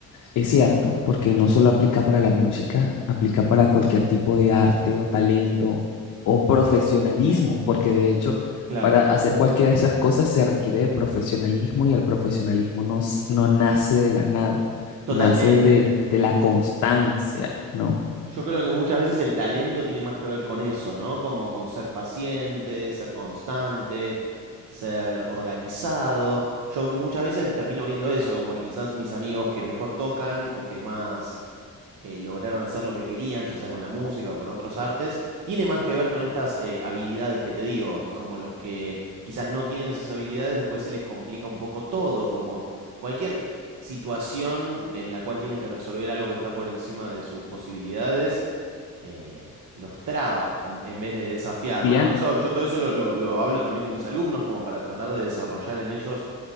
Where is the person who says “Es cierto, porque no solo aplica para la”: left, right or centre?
Left